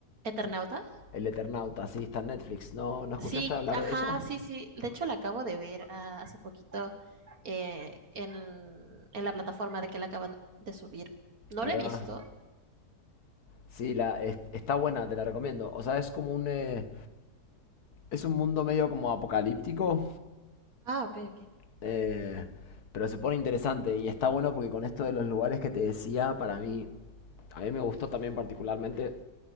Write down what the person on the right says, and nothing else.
¿Eternauta?
Sí,
ajá,
sí, sí. De hecho, la acabo de ver ah, hace poquito eh, en, en la plataforma de que la acaban de subir. No
la he visto.
Ah, ok, ok.